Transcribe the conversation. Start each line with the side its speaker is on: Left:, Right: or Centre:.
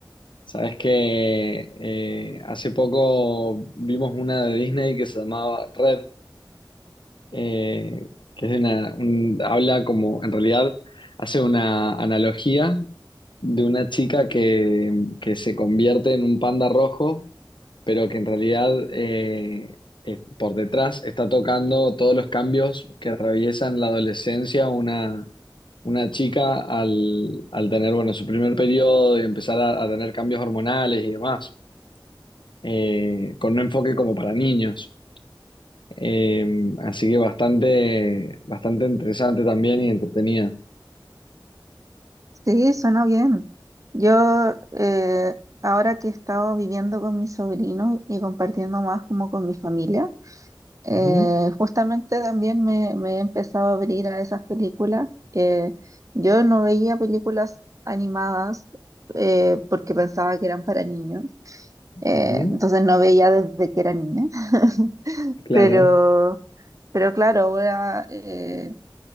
Left: Sabes que eh, hace poco vimos una de Disney que se llamaba Red, eh, que es una, un- habla como, en realidad, hace una analogía de una chica que, que se convierte en un panda rojo pero que en realidad eh, eh, por detrás está tocando todos los cambios que atraviesan la adolescencia una, una chica al, al tener, bueno, su primer periodo y empezar a, a tener cambios hormonales y demás, eh, con un enfoque como para niños. Eh, así que bastante, bastante interesante también y entretenida.
Right: Sí, suena bien. Yo, eh, ahora que he estado viviendo con mi sobrino y compartiendo más como con mi familia, eh,
Left: Ujú,
Right: justamente también me, me he empezado a abrir a esas películas. Eh, yo no veía películas animadas eh, porque pensaba que eran para niños. Eh,
Left: ujú,
Right: entonces no veía desde que era niña. <laughs>
Left: claro,
Right: Pero, pero claro, ahora eh,